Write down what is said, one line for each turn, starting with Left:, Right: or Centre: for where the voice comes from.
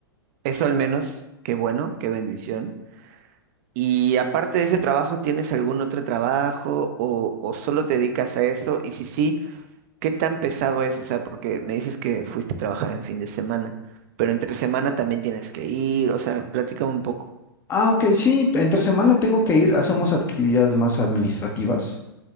Right: eso al menos, qué bueno, qué bendición. Y aparte de ese trabajo, ¿tienes algún otro trabajo o, o solo te dedicas a eso? Y si sí, ¿qué tan pesado es? O sea, porque me dices que fuiste a trabajar en fin de semana, pero entre semana también tienes que ir, o sea, platícame un poco.
Left: Ah, ok, sí, entre semana tengo que ir, hacemos actividades más administrativas.